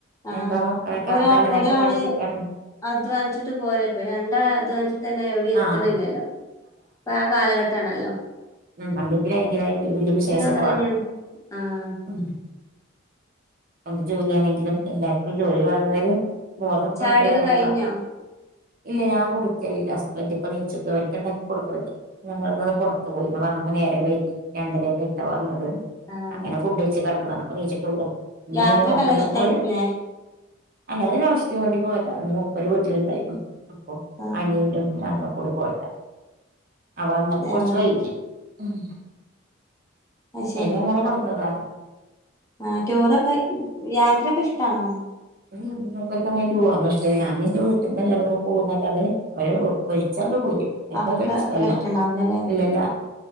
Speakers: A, on the left; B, on the right.
A: ആഹ്
B: ഞമ്മളെ മക്കളെക്കെ
A: ഇപ്പൊ ഒരാ
B: നല്ലതായിട്ട്
A: ഒരാള്
B: പഠിപ്പിക്കാനും,
A: അധ്വാനിച്ചിട്ട് പോരപ്പ രണ്ടാ- അധ്വാനിച്ചിട്ട്- തന്നെ എവിടെ എത്തണില്ലല്ലോ,
B: ആഹ്
A: ഇപ്പോ ആഹാ, കാലഘട്ടമാണല്ലോ.
B: അല്ലെങ്കിൽ പിന്നെ അതിന്റെതായ വല്യ ബിസിനസ
A: അങ്ങനെ
B: ഒക്കെ വേണം
A: തന്നെയാണ് ആഹ്
B: ഉം. എന്ത് ജോലിയാണെങ്കിലും, എല്ലാർക്കും ജോലി വേണം എന്നുള്ള ബോധപ്പുണ്ട്.
A: ചായുടിയൊക്കെ
B: അറിയുമ്പ
A: കഴിഞ്ഞോ
B: ഇല്ല ഞാൻ കൊടുക്കലില്ലഹസ്ബൻഡ ഇപ്പോ- നീച്ചൊക്കെ അവർക്ക് ഉണ്ടാക്കി കൊടുക്കരു. ഞങ്ങള് ന്ന് ഒന്ന് പുറത്ത് പോയി വന്നപ്പം നേരം വൈകി രണ്ടരയൊക്കെ ഴിഞ്ഞിട്ടാ വന്നത്
A: ആഹ്
B: അങ്ങനെ ഫുഡ് കഴിച്ച് കിടന്നതാണ് ഇപ്പ നീ ച്ച്ട്ടൊള്ളൂ ഇഞ്ഞ്
A: യാത്രയൊക്കെ
B: ങ്ങനെ നോക്ക്ണ്ടാ
A: നല്ല ഇഷ്ടായിരിക്കൂല്ലേ
B: ഫോണ്ല് അല്ലാ അതൊരു ആവശ്യത്തിനുവേണ്ടി പോയതാണ് മൂപ്പര് വീട്ടിലുണ്ടായിന്നു
A: ആഹ്
B: അനിയനും ഞങ്ങളൊക്കെ കൂടി പോയതാ ആഹ് വന്നപ്പോ കൊറച്ച്
A: ആഹ്
B: വൈകി മ്
A: അത് ശരി
B: അയ്ല് അങ്ങനെ കെടന്നതാ
A: ആഹ് ടൂറൊക്കെ യാത്രയൊക്കെ ഇഷ്ടാണോ
B: മൂപ്പരുക്കൊന്നും അയിന് ടൂറൊന്നും ഇഷ്ട്ടല്ല ഞാൻ ഇന്റെ വീട്ടിന്നെല്ലാരും കൂടെ പോകുന്നല്ലാതെ അവര് വിളിച്ചാണ്ട് പൂതി അത്
A: അതൊക്കെ
B: മൂപ്പർക്ക് ഇഷ്ടല്ല
A: അത്ര ഇഷ്ടണ്ടാവൂലല്ലേ
B: ഇല്ലല്ല